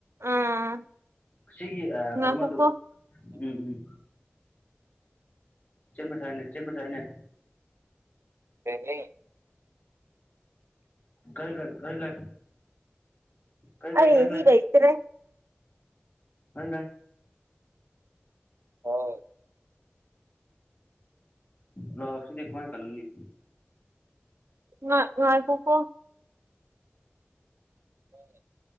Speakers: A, on the right (about 80°); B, on the left (about 40°).
A: ꯑꯥ
B: ꯁꯤꯒꯤ ꯑ
A: ꯉꯥꯏꯈꯣꯀꯣ
B: ꯀꯔꯤ ꯃꯗꯨ ꯎꯝ ꯎꯝ ꯆꯦꯟꯕꯁꯥꯏꯅꯦ ꯆꯦꯟꯕꯁꯥꯏꯅꯦ
A: <unintelligible>
B: ꯀꯥꯏ ꯂꯩ ꯀꯥꯏ ꯂꯩ ꯒꯥꯔꯤ
A: ꯑꯩ
B: ꯂꯩ ꯒꯥꯔꯤ
A: ꯃꯤ ꯂꯩꯇꯔꯦ
B: ꯈꯪꯗꯦ
A: ꯍꯥꯎ
B: ꯍꯜꯂꯦ ꯁꯤꯗꯤ ꯑꯩꯈꯣꯏꯅ ꯀꯟꯒꯅꯤ
A: ꯉꯥꯏ ꯉꯥꯏ ꯈꯣꯀꯣ ꯍꯣꯏ